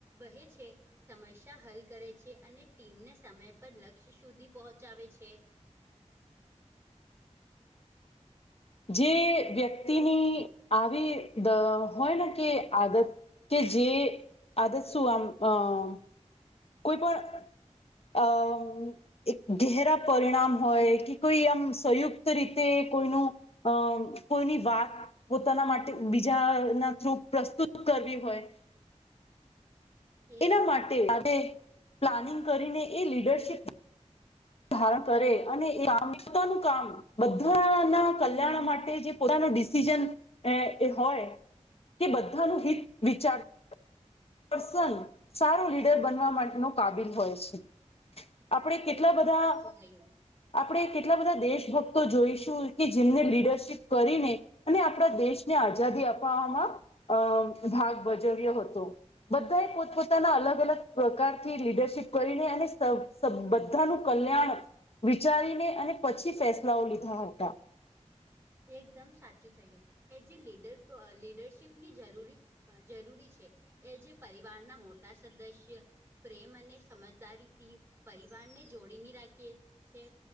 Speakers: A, on the right (about 20°); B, on the left (about 55°).
A: વહે છે. સમસ્યા હલ કરે છે અને ટીમને સમય પર લક્ષ્ય સુધી પોહચાવે છે.
B: જે વ્યક્તિની આવી દ હોય ને કે આદત કે જેે આદત સું આમ કોઈ પણ અ એક ઘેહરા પરિણામ હોય કે કોઈ આમ સંયુક્ત રીતે કોઈનું અ કોઈની વાત પોતાના માટે બીજા ના થ્રુ પ્રસ્તુત કરવી હોય
A: એકદમ
B: એના માટે <unintelligible> પ્લાનિંગ કરીને એ લીડરશીપ ધારણ કરે અને <unintelligible> એમ્યતા નું કામ બધાના કલ્યાણ માટે જે પોતાનું ડિસિઝન એ એ હોય કે બધાનું હિત વિચાર પર્સન, સારો લીડર બનવા માટેનો કાબિલ હોય છે. આપડે કેટલા
A: એકદમ
B: બધા
A: સાચું થયું
B: આપણે કેટલા બધા દેશભક્તો જોઈશું કે જેમને લીડરશીપ કરીને અને આપણા દેશને આઝાદી અપાવવામાં અ ભાગ ભજવ્યો હતો. બધા એ પોતપોતાના અલગ અલગ પ્રકારથી લીડરશીપ કરીને અને સ <unintelligible> બધાનું કલ્યાણ વિચારીને અને પછી ફેસલાઓ લીધા હતા.
A: એકદમ સાચું થયું. એ જે લીડર એ લીડરશીપની જરૂરી જરૂરી છે. એ જે પરિવારના મોટા સદસ્ય પ્રેમ અને સમજદારીથી પરિવારને જોડીને રાખીએ છે